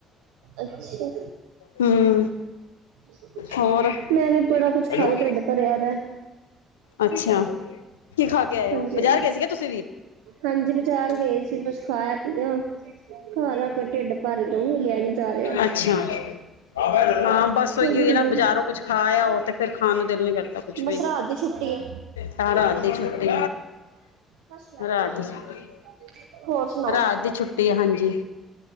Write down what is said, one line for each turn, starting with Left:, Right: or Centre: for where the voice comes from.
Right: ਅੱਛਾ
Left: ਹਮ
Right: ਸਭ ਕੁਛ
Left: ਹੋਰ
Right: <inaudible> ਮੈਂ ਵੀ ਬੜਾ
Left: ਹੈਲੋ
Right: ਕੁਛ ਖਾਦਾ, ਢਿੱਡ ਭਰਿਆ ਪਯਾ
Left: ਅੱਛਾ ਕੀ ਖਾ ਕੇ ਆਏ
Right: ਹਾਂਜੀ,
Left: ਹੋ ਬਾਜ਼ਾਰ ਗਏ ਸੀਗੇ ਤੁਸੀਂ ਵੀ
Right: ਹਾਂਜੀ ਬਜ਼ਾਰ ਗਏ ਸੀ, ਬਸ ਖਾਇਆ ਪੀਆ ਘਰ ਆ ਕੇ ਢਿੱਡ ਭਰ ਗਿਆ, ਹੁਣ ਹਿਲਯਾ ਨੀ ਜਾ ਰਿਹਾ।
Left: ਅੱਛਾ ਹਾਂ ਬਸ ਉਹੀ
Right: ਹਾਂਜੀ
Left: ਹੋਈ ਨਾ ਬਾਜ਼ਾਰੋਂ ਕੁਝ ਖਾ ਆਓ ਤੇ ਫਿਰ ਖਾਣ ਨੂੰ ਦਿਲ ਨਹੀਂ ਕਰਦਾ ਕੁਝ
Right: ਬਸ
Left: ਵੀ
Right: ਰਾਤ ਦੀ ਛੁੱਟੀ ਏ।
Left: ਤਾਂ ਰਾਤ ਦੀ ਛੁੱਟੀ
Right: ਸਸ਼ ਸ਼੍ਰੀ ਅਕ--ਹੋਰ
Left: ਰਾਤ ਦੀ
Right: ਸੁਣਾਓ?
Left: ਰਾਤ ਦੀ ਛੁੱਟੀ ਹੈ ਹਾਂਜੀ